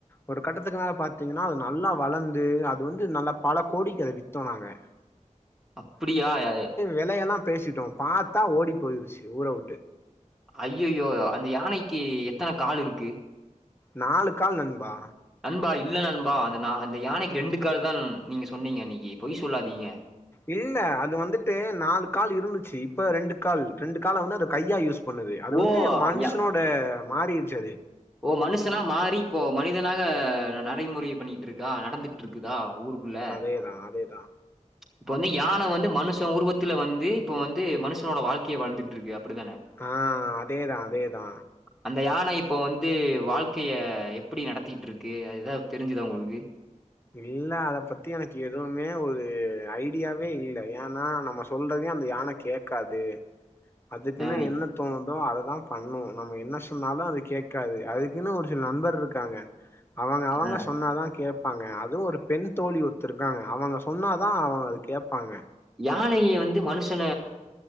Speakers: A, on the left; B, in the centre.
A: ஒரு கட்டத்துக்கு மேல பாத்தீங்கன்னா அது நல்லா வளர்ந்து அது வந்து நல்லா பல கோடிக்கு அத வித்தோம் நாங்க
B: அப்டியா அ
A: விலையெல்லாம் பேசிட்டோம் பார்த்தா ஓடி போயிருச்சு ஊற உட்டு
B: ஐய்யய்யோ அந்த யானைக்கு எத்தன கால் இருக்கு
A: நாலுக் கால் நண்பா
B: நண்பா இல்ல நண்பா அந்த அந்த யானைக்கு ரெண்டு கால் தான் நீங்க சொன்னீங்க அன்னிக்கு பொய் சொல்லாதீங்க
A: இல்ல அது வந்துட்டு நாலு கால் இருந்துச்சு இப்ப ரெண்டு கால் ரெண்டு கால வந்து அது கையா யூஸ் பண்ணுது அது வந்து
B: ஓ!
A: மனுஷனோட மாறிருச்சு அது
B: ஓ மனுசனா மாறி இப்போ மனிதனாக நடைமுறை பண்ணி ட்டிருக்கா நடந்துட்ருக்குதா ஊருக்குள்ள
A: அதேதான் அதேதான்
B: இப்ப வந்து யானை வந்து மனுஷன் உருவத்துல வந்து இப்ப வந்து மனுஷனோட வாழ்க்கையை வாழ்ந்துட்டு இருக்கு அப்டிதானே
A: ஆ அதேதான் அதேதான்
B: அந்த யானை இப்போ வந்து வாழ்க்கைய எப்டி நடத்திட்டு இருக்கு அதுஎதா தெரிஞ்சுதா உங்களுக்கு
A: இல்ல அத பத்தி எனக்கு எதுவுமே ஒரு ஐடியாவே இல்ல ஏனா நம்ம சொல்றதே அந்த யான கேக்காது அதுக்குன்னு
B: ஆ
A: என்ன தோணுதோ அததா பண்ணும் நம்ம என்ன சொன்னாலும் அது கேட்காது அதுக்குன்னு ஒரு சில நண்பர் இருக்காங்க அவங்க அவங்க
B: ஆ
A: சொன்னாதான் கே ப்பாங்க அது ஒரு பெண் தோழி ஒருத்த இருக்காங்க அவங்க சொன்னாதான் அவங்க அது கேட்பாங்க
B: யானைய வந்து மனுஷன